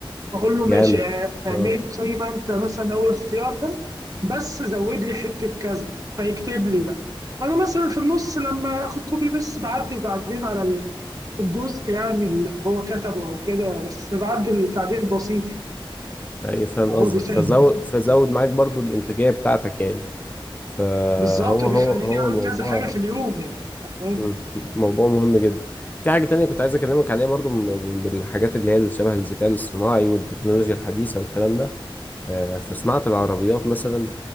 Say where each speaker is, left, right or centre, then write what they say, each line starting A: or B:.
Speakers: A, on the right; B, on the left.
A: فاقول له ماشي
B: جامد
A: اع- اعمله
B: اه
A: زي ما انت مثلا اول اختيار ده بس زود لي حته كذا فيكتب لي بقى وانا مثلا في النص لما اخد كوبي بس بعدل بعدين على الجزء يعني اللي هو كتبه او كده بس بعدل تعديل بسيط
B: ايوه فاهم
A: يعني
B: قصدك
A: هو بيسهل
B: فزود
A: كتير
B: فزود معاك برضو الانتاجيه بتاعتك يعني فهو
A: بالظبط بيخليني
B: هو هو
A: اعمل
B: موضوع
A: كذا حاجه في اليوم يعني كمان
B: مم. موضوع مهم جدا في حاجه تانية كنت عايز اكلمك عليها برضو من- بالحاجات اللي هي اللي شبه الذكاء الاصطناعي والتكنولوجيا الحديثه والكلام ده آه، في صناعه العربيات مثلا